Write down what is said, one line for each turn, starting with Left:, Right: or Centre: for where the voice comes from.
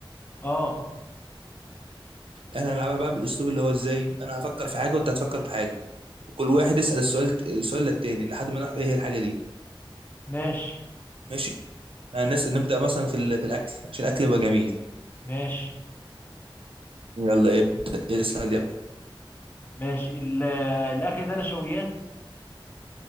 Left: اه
Right: احنا هنلعبها بقى بالاسلوب اللي هو ازاي انا هفكر في حاجه وانت هتفكر في حاجه وكل واحد يسال السؤال السؤال للتاني لحد ما نعرف ايه هي الحاجه دي
Left: ماشي
Right: ماشي هنس... نبدا مثلا في ال... في الاكل عشان الاكل يبقى جميل
Left: ماشي
Right: يلا ابدا اسال يلا
Left: ماشي ال- الاكل ده نشويات